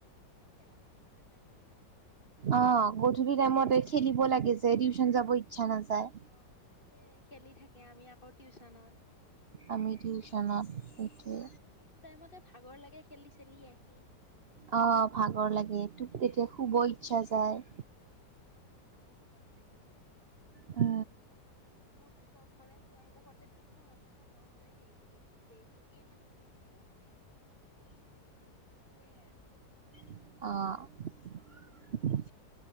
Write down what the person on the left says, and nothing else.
মানে খেলাটো মিচ হৈ যায়তো
অ চবে খেলি থাকে, আমি আকৌ টিউচনত।
অ আৰু সেইটো টাইমতে ভাগৰ লাগে খেলি চেলি আহি।
টোপনিও
ধৰে
টিউচন ও পঠাই দিয়ে।
মোৰতো ঘৰৰ দুৱাৰ মুখত এ টিউচন অথচ মই সদায় দেৰি দেৰিকে মানে টিউচন যাও মানে মোৰ শুই ন শোৱে আৰু